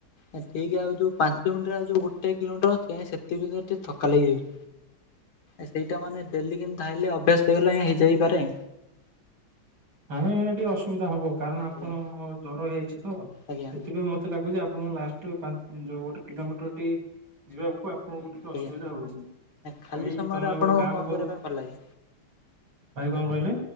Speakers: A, on the left; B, on the right.
A: ଠିକ ଆଉ ଯୋଉ ପାଞ୍ଚ ମିନିଟ୍ ରେ ଆଉ ଯୋଉ ଗୋଟେ କିଲୋମିଟର ଅଛି ଆଜ୍ଞା ସେତିକି ଭିତରେ ଟିକେ ଥକା ଲାଗିଯାଉଛି। ସେଇଟା ମାନେ ଡେଲି କିନ୍ତି ଧାଇଁଲେ ଅଭ୍ୟାସ ହେଇଗଲେ ହେଇଯାଇପାରେ।
B: ନାଇ ନ ନ ଟିକେ ଅସୁବିଧା ହବ କାରଣ ଆପଣ
A: ଆଜ୍ଞା
B: ଜର ହେଇଯାଇଛି ତ
A: ଆଜ୍ଞା
B: ସେଥିପାଇଁ ମତେ ଲାଗୁଛି ଆ ଆପଣ ଲାଷ୍ଟକୁ ପାଞ୍ଚ ଯୋଉ ଗୋଟେ କିଲୋମିଟରଟି ଯିବାକୁ ଆପଣଙ୍କୁ ଟିକେ ଅସୁବିଧା
A: ଆଜ୍ଞା।
B: ହଉଛି ଭାଇ
A: ଖାଲି ସମୟରେ
B: ତମେ
A: ଆପଣଙ୍କୁ
B: ଗୋଟେ କାମ
A: କଣ
B: କର
A: କରିବା ପାଇଁ ଭଲ ଲାଗେ?
B: ଭାଇ କଣ କହିଲେ?